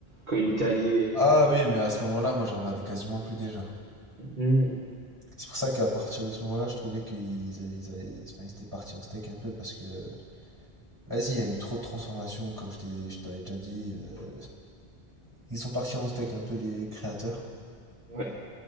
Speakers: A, on the right (about 50°); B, on the right (about 20°).
A: quand il était allié.
B: Ah oui, mais à ce moment-là, moi, je regardais quasiment plus déjà.
A: Mhm.
B: C'est pour ça qu'à partir de ce moment-là, je trouvais qu'ils a- ils a- enfin, ils étaient partis en steak un peu parce que Vas-y, il y a eu trop de transformations, comme je t'ai, je t'avais déjà dit. euh, ils sont partis en steak un peu les créateurs.
A: Ouais.